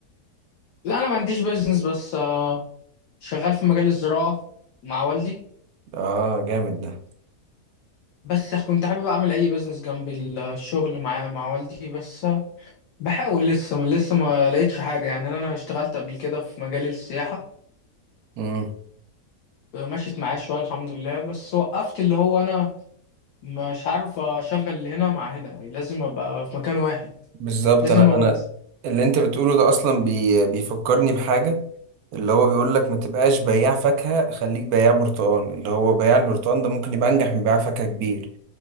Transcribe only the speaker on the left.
لا انا ما عنديش بيزنس بس آه، شغال في مجال الزراعة مع والدي
بس كنت حابب اعمل اي بيزنس جنب الشغل مع مع والدي بس آه، بحاول لسه ما لسه ما لقيتش حاجة يعني انا أنا اشتغلت قبل كده في مجال السياحة
ومشيت معايا شوية الحمد لله بس وقفت اللي هو انا مش عارف اشغل هنا مع هنا لازم ابقى في مكان واحد
لازم
ابقى